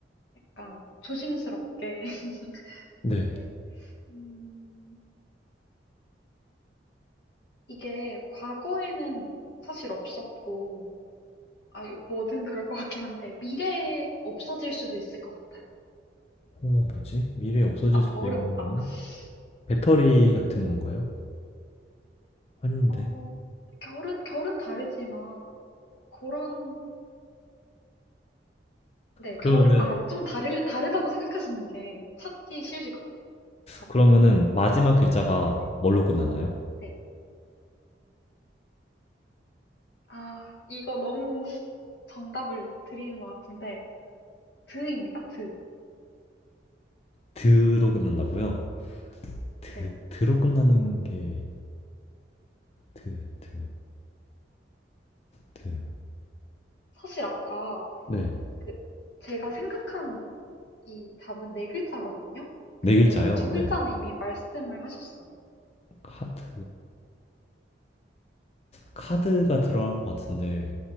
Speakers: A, on the left (about 75°); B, on the left (about 35°).
A: 약간 조심스럽게. <laughs>
B: 네.
A: 네. 음, 이게 과거에는 사실 없었고, 아, 이거 뭐든 그럴 것 같긴 한데, 미래에 없어질 수도 있을 것 같아요.
B: 어, 뭐지? 미래에 없어질
A: 아,
B: 수도
A: 더 어렵다.
B: 있는 건?
A: <laughs>
B: 배터리 같은 건가요? 아닌데.
A: 어, 결은, 결은 다르지만, 뭐 그런 네,
B: 그러면은,
A: 결, 아, 좀 다르, 다르다고 생각하시는 게 찾기 쉬우실 것 같아요.
B: 그러면은
A: 답을.
B: 마지막 글자가
A: 네,
B: 뭘로 끝나나요?
A: 네. 아, 이거 너무 <laughs> 정답을 드리는 것 같은데, 드입니다, 드.
B: 드로 끝난다고요? 드,
A: 네.
B: 드로 끝나는 게 드, 드, 드.
A: 사실 아까
B: 네.
A: 그, 제가 생각한 이 답은 네 글자거든요? 근데
B: 네 글자요.
A: 두 글자는
B: 네.
A: 이미 말씀을 하셨어요.
B: 카드. 카드가 들어갈 것 같은데